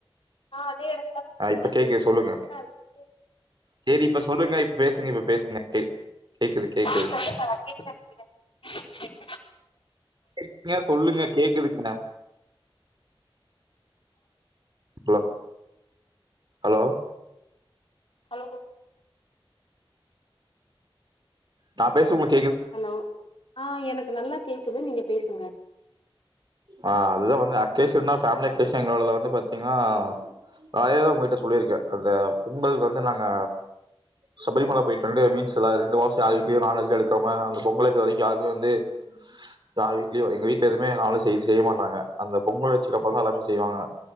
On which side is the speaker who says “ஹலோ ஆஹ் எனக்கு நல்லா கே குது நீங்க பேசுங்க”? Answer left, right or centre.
Left